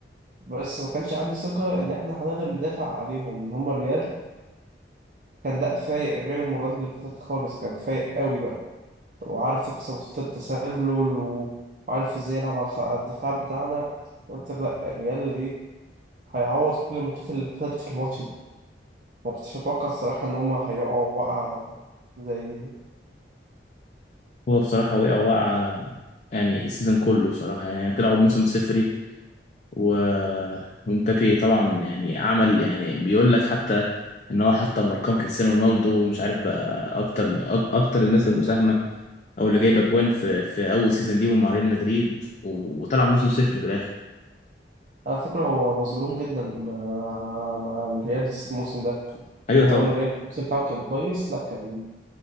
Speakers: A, on the right; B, on the left.
A: بس ما كانش عندي ثقة إن إحنا هنقدر ندافع عليهم إن هما الريال كان لا فايق غير المرات اللي فاتت خالص كان فايق قوي بقى وعارف يكسر وسط التسلل و- وعارف ازاي يلعب على الخ- على الدفاع بتاعنا قلت لا الريال ايه هيعوض كل الماتشات اللي فاتت في الماتش ده ما كنتش متوقع الصراحة ان هما هيقعوا وقعة زي دي
B: هو بصراحه وقع وقع يعني السيزون كله بصراحه يعني طلعوا بموسم صفري و ومبابي طبعا يعني عمل يعني بيقول لك حتى ان هو حطم ارقام كريستيانو رونالدو ومش عارف بقى اكتر أك- اكتر الناس المساهمه او اللي جايبه اجوان في في اول سيزون ليهم مع ريال مدريد و- وطلع موسم صفري في الاخر
A: على فكرة هو مظلوم جدا مع مع الريال الموسم ده
B: ايوه
A: يعني
B: طبعا
A: هو الريال الموسم بتاعه كان كويس لا كان